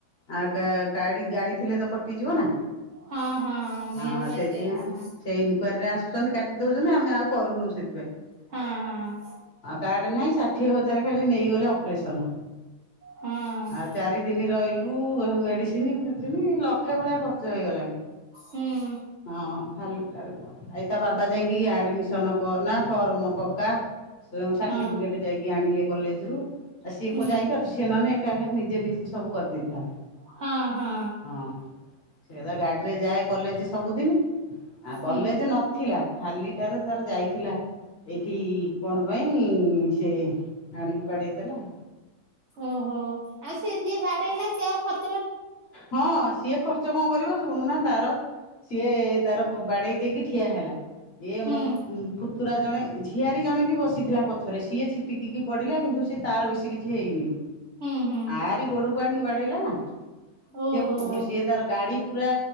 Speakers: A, on the left; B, on the right.
A: ଆଉ କାଗାଡି ଗାଡି ଥିଲେ ତ କଟିଯିବ ନା
B: ହଁ ହଁ ମେନ୍
A: ହଁ
B: ବା
A: ସେଇଥିାଇଁ
B: ସେଇଆ ହଁ।
A: ସେଇ ଇନକ୍ୱାରୀରେ ଆସୁଛନ୍ତି କାଟି ଦଉଛନ୍ତି ଆମେ ଆଉ କରୁନୁ ସେଥିପାଇଁଁ
B: ହଁ ହଁ
A: କାର୍ଡ଼ ନାହିଁ ଷାଠିଏ ହଜାର ଖାଲି ନେଇଗଲେ ଅପରେସନ୍
B: ହଁ
A: ଆଉ ଚାରି ତିନିଦିନ ରହିଲୁ ମେଡିସିନି ଫେଡିସିନି ଲକ୍ଷେ ଭଳିଆ ଖର୍ଚ୍ଚ ହେଇଗଲାଣି
B: ହୁଁ
A: ହଁ ଖାଲିଟାରେ କୁହନା ତା ବାବା ଯାଇକି ଆଡିମିସ ସନ କରନା ଫର୍ମ ପକ୍କା ସାର୍ଟିଫିକେଟ୍
B: ହଁ
A: ଯାଇକି ଆଣିଲେ କଲେଜରୁ। ସିଏ
B: ହୁଁ।
A: କୋଉଯାଇପାରୁଛି ସେ ନହଲେ ଏକା ଏକା ନିଜେ ନିଜେ ସବୁ କରିଦେଇଥାନ୍ତା।
B: ହଁ ହଁ।
A: ହଁ ସେ ତ ଗାଡ଼ିରେ ଯାଏ କଲେଜ ସବୁଦିନ ଆଉ
B: ହୁଁ
A: କଲେଜ ନ ଥିଲା ଖାଲିଟାରେ ତାର ଯାଇଥିଲା ଏଇଠି କଣ ପାଇଁ ସେ ଆଣିକି ବାଡେଇଦେଲା।
B: ଓହୋ ଆଉ ସେ ଯିଏ ବାଡେଇଲା ସେଏ ଆଉ ଖଚ
A: ହଁ ସିଏ ଖର୍ଚ୍ଚ କଣ କରିବ ଶୁଣୁନ ତାର ସିଏ ତାର ବାଡ଼େଇ ଦେଇକି ଠିଆ ହେଲା ଇଏ
B: ହୁଁ
A: ମୋ ପୁତୁରା ଜଣେ ଝିଆରୀ ଜଣେ ବି ବସିଥିଲା ପଛରେ ସିଏ ଛିଟିକିକି ପଡିଲା କିନ୍ତୁ ସିଏ ତାର ବେଶୀ କିଛି ହେଇନି।
B: ହୁଁ ହୁଁ।
A: ଆରି ଗୋଡକୁ ଆଣିକି ବାଡ଼େଇଲା ନା?
B: ଓହୋ
A: ସିଏ ସିଏ ତାର ଗାଡି ପୁରା